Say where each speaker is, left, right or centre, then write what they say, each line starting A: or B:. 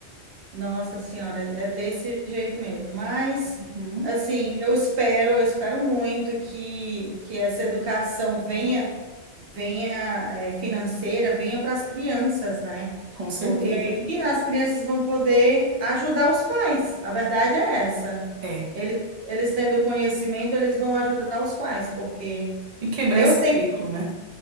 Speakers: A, on the right; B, on the right.
A: Nossa Senhora, é desse jeito mesmo. Mas,
B: Uhum,
A: assim, eu espero, eu espero muito que, que essa educação venha, venha, eh, financeira, venha para as crianças, né?
B: com certeza.
A: Porque aí as crianças vão poder ajudar os pais. A verdade é essa.
B: É.
A: Eles, eles tendo conhecimento, eles vão ajudar os pais, porque
B: E quebrar
A: eu
B: esse
A: tenho
B: ciclo, né?